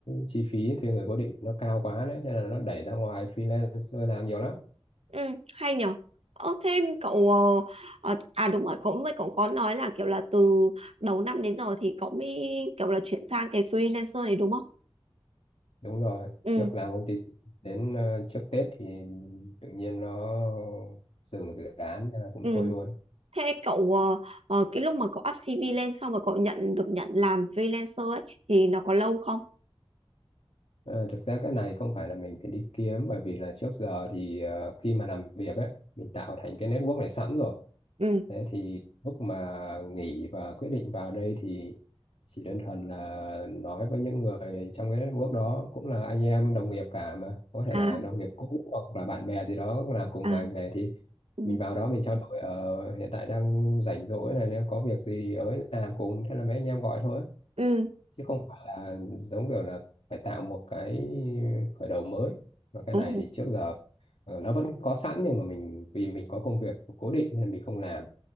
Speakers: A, on the left (about 75°); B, on the right (about 80°).
A: chi phí thuê người cố định nó cao quá đấy nên là nó đẩy ra ngoài freelancer làm nhiều lắm
B: Ừ, hay nhở. Ơ thêm cậu ờ, ờ, à đúng rồi, cậu với cậu có nói là kiểu là từ đầu năm đến giờ thì cậu mới kiểu là chuyển sang cái freelancer này đúng không?
A: đúng rồi
B: Ừ,
A: trước làm công ty đến ờ, trước Tết thì tự nhiên nó dừng dự án nên là cũng
B: ừ.
A: thôi luôn
B: Thế cậu ờ, ờ, cái lúc mà cậu up CV lên xong rồi cậu nhận được nhận làm freelancer ấy thì nó có lâu không?
A: Ờ, thực ra cái này không phải là mình phải đi kiếm bởi vì là trước giờ thì ờ, khi mà làm việc ấy mình tạo thành cái network này sẵn rồi
B: Ừ.
A: Thế thì lúc mà nghỉ và quyết định vào đây thì chỉ đơn thuần là nói với những người trong cái network đó cũng là anh em đồng nghiệp cả mà có thể
B: À
A: là đồng nghiệp cũ hoặc là bạn bè gì đó làm cùng
B: à
A: ngành này thì
B: ừ
A: mình vào đó mình trao đổi ờ, hiện tại đang rảnh rỗi này nếu có việc gì ấy làm cùng thế là mấy anh em gọi thôi
B: ừ.
A: chứ không phải là giống kiểu là phải tạo một cái khởi đầu mới mà cái
B: Ồ.
A: này thì trước giờ ờ, nó vẫn có sẵn nhưng mà mình vì mình có công việc cố định nên mình không làm